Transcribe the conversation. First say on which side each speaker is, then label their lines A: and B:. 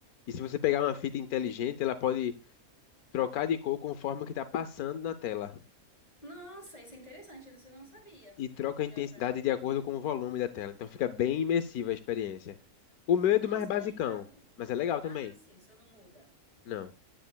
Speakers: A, on the left; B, on the left.
A: E se você pegar uma fita inteligente, ela pode trocar de cor conforme o que está passando na tela.
B: Nossa, isso é interessante. Isso eu não sabia
A: E troca
B: que
A: a
B: dava
A: intensidade
B: pra mudar.
A: de acordo com o volume da tela. Então fica bem imersiva a experiência. O meu é
B: Nossa,
A: do mais basicão,
B: que legal.
A: mas é legal
B: Ah,
A: também.
B: sim, o não muda.
A: Não.